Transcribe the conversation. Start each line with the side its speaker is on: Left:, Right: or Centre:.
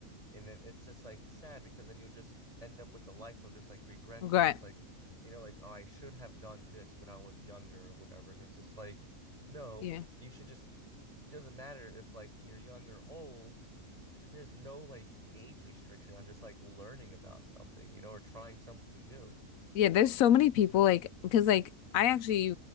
Right: and then it's just like sad because then you'll just end up with a life of just like regrets
Left: Regret.
Right: or just like, you know, like, oh, I should have done this when I was younger or whatever. And it's just like, no,
Left: Yeah.
Right: you should just, it doesn't matter if like you're young or old. th- There's no like age restriction on just like learning about something, you know, or trying something new.
Left: Yeah, there's so many people like because like I actually